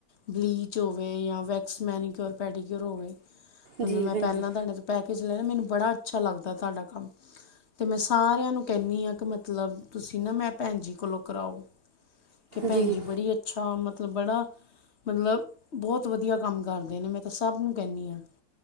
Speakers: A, on the left; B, on the right.
A: ਬਲਿਚ ਹੋਵੇ ਜਾਂ ਵੱਕ੍ਸ ਮੇਨਿਕਰ ਯਾ ਪੈਡੀਕਰੇ ਹੋਵੇ ਮਤਲਬ
B: ਜੀ
A: ਮੈ
B: ਭੈਣ
A: ਪਹਿਲਾ
B: ਜੀ
A: ਤਾਂ ਨੀਂ ਪੈਕੇਜ ਲੈ ਮੈਨੂੰ ਬੜਾ ਅੱਛਾ ਲੱਗਦਾ ਤੁਹਾਡਾ ਕੰਮ ਅਤੇ ਮੈਂ ਸਾਰਿਆਂ ਨੂੰ ਕਹਿੰਦੀ ਹਾਂ ਕਿ ਮਤਲਬ ਤੁਸੀਂ ਨਾ ਮੈਂ ਭੈਣ ਜੀ ਕੋਲੋਂ ਕਰਾਓ ਕਿ ਭੈਣ
B: ਜੀ
A: ਜ ਬੜੀਛੀ ਅੱਛਾ ਮਤਲਬ ਬੜਾ ਮਤਲਬ ਬਹੁਤ ਵਧੀਆ ਕੰਮ ਕਰਦੇ ਨੇ ਮੈਂ ਤਾਂ ਸਭ ਨੂੰ ਕਹਿੰਦੀ ਹਾਂ